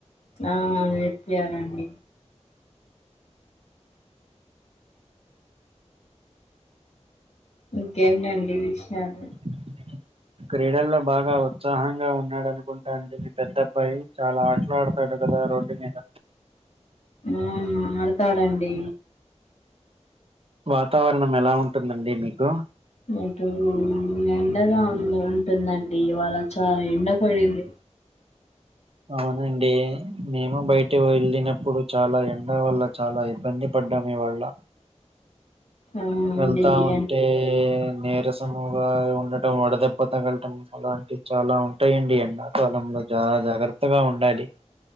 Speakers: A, on the left; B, on the right.
A: ఆ నేర్పియలండి ఇంకేంటండి విషయాలు
B: <unintelligible> క్రీడల్లో బాగా ఉత్సాహంగా ఉన్నాడు అనుకుంటా అండి మీ పెద్ద అబ్బాయి చాలా ఆటలు ఆడు డాటా కదా రోడ్ మీద
A: ఆవును ఆడతాడండి
B: వాతావరణం ఎలా ఉంటుందండి మీకు
A: ఇటు ఎండగా ఉందిఉంటుందండి ఇవాళ చాలా ఎండ పడింది
B: అవునండి మేము బయట వెళ్ళినప్పుడు చాలా ఎండ వల్ల చాలా ఇబ్బంది పడ్డాం ఇవాళ్ళ
A: అవునండి
B: వెళ్తాఉంటే
A: ఎన్
B: నేర క్కువగా ఉండటం వడదెబ్బ తగలటం అలాంటివి చాలా ఉంటాయండి ఎండాకాలంలో చాలా జాగ్రత్తగా ఉండాలి